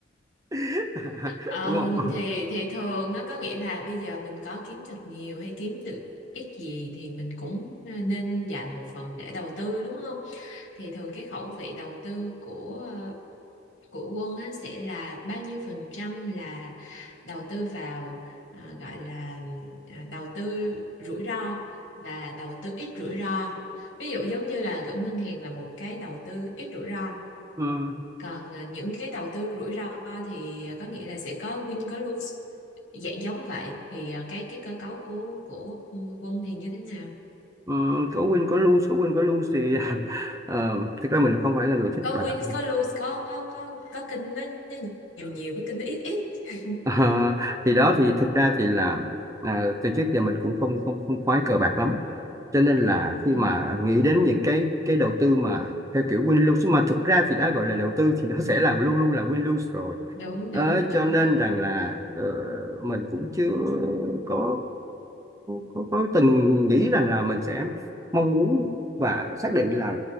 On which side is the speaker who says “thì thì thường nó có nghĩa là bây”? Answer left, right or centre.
Left